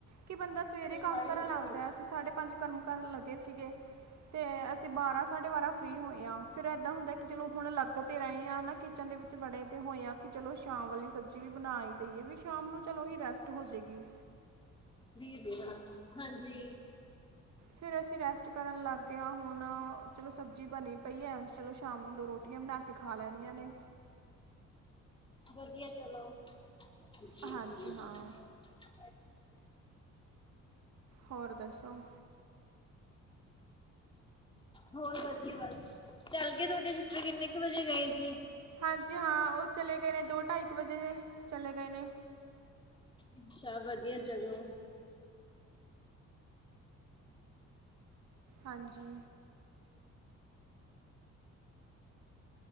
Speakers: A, on the right; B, on the left.
A: ਕਿ ਬੰਦਾ ਸਵੇਰੇ
B: ਹੈ
A: ਕੰਮ ਕਰਨ ਲੱਗਦਾ ਅਸੀਂ ਸਾਢੇ ਪੰਜ ਕੰਮ ਕਰਨ ਲੱਗੇ ਸੀਗੇ, ਤੇ ਅਸੀਂ ਬਾਰਾਂ ਸਾਢੇ ਬਾਰਾਂ ਫ੍ਰੀ ਹੋਏ ਆਂ। ਫਿਰ ਇਦਾਂ ਹੁੰਦਾ। ਕਿ ਚਲੋ ਹੁਣ ਲੱਗ, ਤੇ ਰਹੇ ਹਾਂ ਨਾ ਕਿਚਨ ਦੇ ਵਿੱਚ ਵੜੇ ਕਿ ਚਲੋ ਸ਼ਾਮ ਵਾਲੀ ਸਬਜ਼ੀ ਵੀ ਬਣਾ ਈ ਦੇਈਏ ਵੀ ਸ਼ਾਮ ਨੂੰ ਚਲੋ ਹੀ ਰੈਸਟ ਹੋ ਜਾਏਗੀ।
B: ਵੀਰ ਦੇਖ ਲਾ, ਹਾਂਜੀ।
A: ਫਿਰ ਅਸੀਂ ਰੈਸਟ ਕਰਨ ਲੱਗ ਗਏ ਆ ਹੁਣ ਚਲੋ ਸਬਜ਼ੀ ਬਣੀ ਪਈ ਏ। ਚਲੋ ਸ਼ਾਮ ਨੂੰ ਦੋ ਰੋਟੀਆਂ ਬਣਾ ਕੇ ਖਾ ਲੈਣੀਆਂ ਨੇ।
B: ਵਧੀਆ ਚਲੋ। <unintelligible> <unintelligible> <unintelligible>
A: ਹਾਂਜੀ ਹਾਂ ਹੋਰ ਦੱਸੋ
B: ਹੋਰ ਵਧੀਆ ਬਸ ਚੱਲਗੀ, ਤੁਹਾਡੇ ਸਿਸਟਰ ਕਿੰਨੇ ਕੁ ਵਜੇ ਗਏ ਸੀ।
A: ਹਾਂਜੀ, ਹਾਂ ਉਹ ਚਲੇ ਗਏ ਨੇ, ਦੋ ਢਾਈ ਇੱਕ ਵਜੇ ਚਲੇ ਗਏ ਨੇ।
B: ਅੱਛਾ ਵਧੀਆ ਚਲੋ।
A: ਹਾਂਜੀ